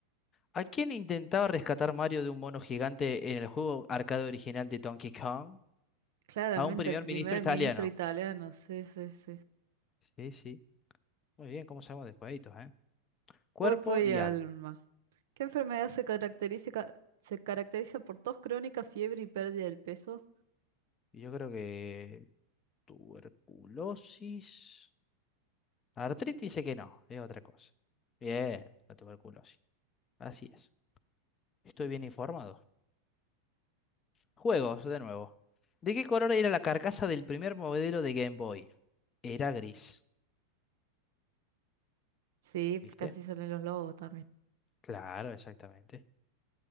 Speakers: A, on the left; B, on the right.
A: ¿A quién intentaba rescatar Mario de un mono gigante en el juego arcade original de Donkey Kong?
B: Claramente
A: A un primer
B: el primer
A: ministro italiano.
B: ministro italiano. Sí, sí, sí.
A: Sí, sí. Muy bien, ¿cómo sabemos de jueguitos, eh? Cuerpo
B: Cuerpo y
A: y
B: alma.
A: alma.
B: ¿Qué enfermedad se caracteriza, ca- se caracteriza por tos crónica, fiebre y pérdida del peso?
A: Y Yo creo que tuberculosis. Artritis sé que no, es otra cosa. Bien, la tuberculosis. Así es. Estoy bien informado. Juegos, de nuevo. ¿De qué color era la carcasa del primer modelo de Game Boy? Era gris.
B: Sí,
A: ¿Viste?
B: casi salen los lobos también.
A: Claro, exactamente.